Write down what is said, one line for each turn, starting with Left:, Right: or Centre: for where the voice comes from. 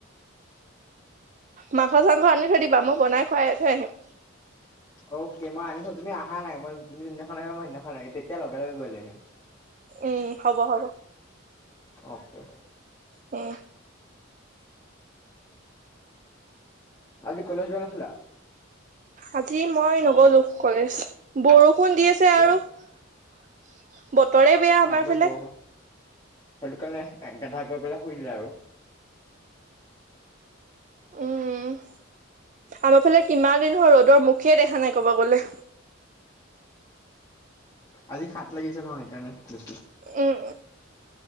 Right: মাংস চাংস আনি থৈ দিবা মই বনাই খুৱাই থৈ আহিম।
Left: অকে মই আনি থম, তুমি আহা নাই মই তুমি যিদিনাখন আহিবা মই সেইদিনাখন আনি তেতিয়া লগে লগে গৈ লৈ আহিম।
Right: উম হ'ব হ'ব।
Left: অকে।
Right: অ।
Left: আজি কলেজ যোৱা নাছিলা?
Right: আজি মই নগলো কলেজ। বৰষ ষুণ দি আছে
Left: কিয়?
Right: আৰু। <inaudible> বতৰে বেয়া আমাৰ
Left: আগবেলা
Right: ফালে।
Left: বৰষুণ সেইটো কাৰণে এক <unintelligible> শুই দিলে আৰু।
Right: উম, আমাৰ ফালে কিমান দিন হ'ল ৰ'দৰ মুখে দেখা নাই ক'ব গ'লে।
Left: আজি সাত লাগিছে ন সেইকাৰণে বেছি।
Right: উম,